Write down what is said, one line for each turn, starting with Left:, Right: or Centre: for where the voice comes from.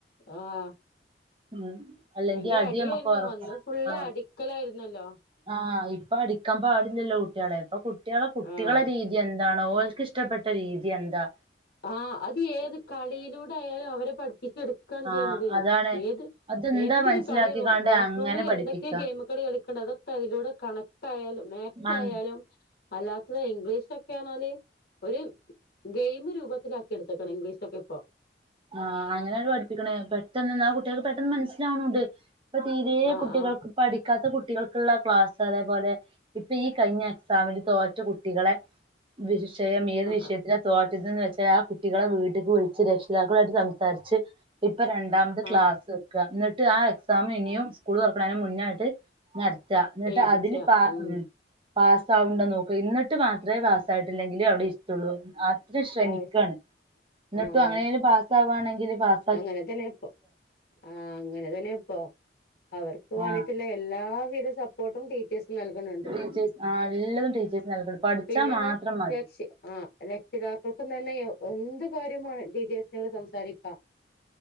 Left: ആഹ്
Right: ഉം അല്ലെങ്കി
Left: പിന്നെ
Right: അടി
Left: അടിയായിരുന്നു
Right: നമ്മക്ക് ഉറപ്പാ
Left: അന്ന് ഫുൾ
Right: ആഹ്
Left: അടിക്കലായിരുന്നല്ലോ.
Right: ആഹ് ഇപ്പം അടിക്കാൻ പാടില്ലല്ലോ കുട്ടികളെ ഇപ്പൊ കുട്ടികളെ കുട്ടികളെ
Left: ആഹ്
Right: രീതി എന്താണോ ഓൽക്ക് ഇഷ്ടപ്പെട്ട രീതി എന്താ
Left: ആഹ് അത് ഏത് കളിയിലൂടെ ആയാലും അവരെ പഠിപ്പിച്ചെടുക്കയാണ്
Right: ആഹ്
Left: ചെയ്യണത്
Right: അതാണ്
Left: ഏത്
Right: അതെന്താ
Left: എന്തൊരു
Right: മനസ്സിലാക്കിക്കാണ്ട്
Left: കളിയണു ക്ലാസ്
Right: അങ്ങനെ
Left: റൂമില്
Right: പഠിപ്പിക്ക
Left: എന്തൊക്കെയൊ ഗെയിമ് കളി കളിക്കണ് അതൊക്കെ അതിലൂടെ കണക്കായാലും മാക്സ്
Right: ആഹ്
Left: ആയാലും അല്ലാത്തത് ഇംഗ്ലീഷൊക്കെയാണേല് ഒരു ഗെയിമ് രൂപത്തിലാക്കി എടുത്തേക്കണ് ഇംഗ്ലീഷ് ഒക്കെ ഇപ്പൊ.
Right: ആഹ് അങ്ങനെയാണു പഠിപ്പിക്കണേ പെട്ടെന്ന് തന്നെ അത് കുട്ടികൾക്ക് പെട്ടെന്ന് മനസ്സിലാവണണ്ട് ഇപ്പൊ തീരേ
Left: ആഹ്
Right: കുട്ടികൾക്ക്
Left: ആഹ്
Right: പഠിക്കാത്ത കുട്ടികൾ ക്കുള്ള ക്ലാസ് അതേപോലെ ഇപ്പൊ ഈ കഴിഞ്ഞ എക്സാമില് തോറ്റ കുട്ടികളെ വിഷയം ഏത് വിഷയത്തിലാ
Left: ആഹ്
Right: തോറ്റതന്ന് വെച്ചാൽ ആ കുട്ടികളെ വീട്ടിക്ക് വിളിച്ച് രക്ഷ് താക്കളായിട്ട് സംസാരിച്ച് ഇപ്പ രണ്ടാമത് ക്ലാസ്സ്
Left: ആഹ്
Right: വെ ക്കാ എന്നിട്ട് ആ എക്സാം ഇനിയും സ്കൂൾ തുറക്കണേന് മുന്നായിട്ട് നടത്ത എന്നിട്ട്
Left: എഴുതിച്ച
Right: അതിന് പാ
Left: ഉം
Right: പാസായുണ്ടോന്നു നോക്കുക എന്നിട്ട് മാത്രമേ പാസായിട്ടില്ലെങ്കി അവിടെ ഇരുത്തുള്ളൂന്ന് അതിന് ശ്രമിക്കാണ്
Left: ആവശ്യ
Right: എന്നിട്ടും
Left: ആഹ്
Right: അങ്ങനെലും പാസ് ആകുവാണെങ്കില് പാസ്
Left: അങ്ങനെ തന്നെപ്പൊ ആഹ് അങ്ങനെ തന്നെപ്പൊ അവർക്ക് വേണ്ടിട്ടുള്ള
Right: ആ
Left: എല്ലാവിധ സപ്പോർട്ടും ടീ ചേഴ്സ് നൽകുന്നുണ്ട്
Right: ടീച്ചേഴ്സ് ആ എല്ലതും ടീച്ചേഴ്സ് നൽകണം പഠിച്ചാ
Left: പിന്നെതാ
Right: മാത്രം മതി
Left: രക്ഷ്യ ആ രക്ഷിതാക്കൾക്കും തന്നെ എന്ത് കാര്യം വേണേ ടീച്ചേഴ്സിനോട് സംസാരിക്കാം